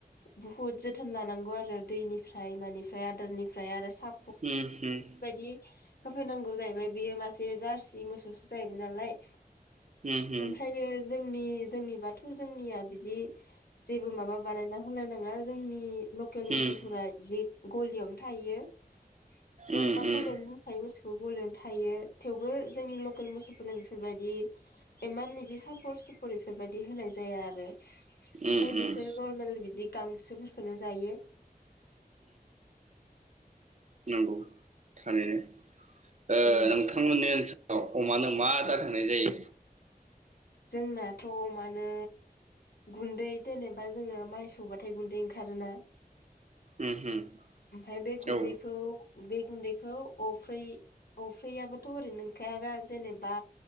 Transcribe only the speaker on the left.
बुहुद जोथोन लानांगौ आरो दैनिफ्राय मानिफ्राय आदारनिफ्राय आरो सा
होफैनांगौ जाहैबाय बेयो मासे जारसि मोसौसो जाहैबाय नालाय।
ओमफ्रायो जोंनि जोंनि बाथौ जोंनिया बिदि जेबो माबा बानायना होलायनाङा जोंनि लकेल मोसौफोरा
जि गलियावनो थायो । जेनेबा
गलियावनो दोनखायो मोसौखौ गलियावनो थायो थेवबो जोंनि लकेल मोसौफोरनो बेफोरबायदि इमान इदि साफर सुफुर बेफोरबायदि होनाय जाया आरो ओमफफ्राय
बिसोर नर्मेल बिदि गांसोफोरखौनो जायो।
उम
जोंनाथ' अमानो गुन्दै जेनेबा जोङो माइ सौबाथाय गुन्दै ओंखारोना?
ओमफ्राय बे गुन्दैखौ
बे गुन्दैखौ अफ्रै अफ्रैयाबोथ' ओरैनो नोंखायाना जेनेबा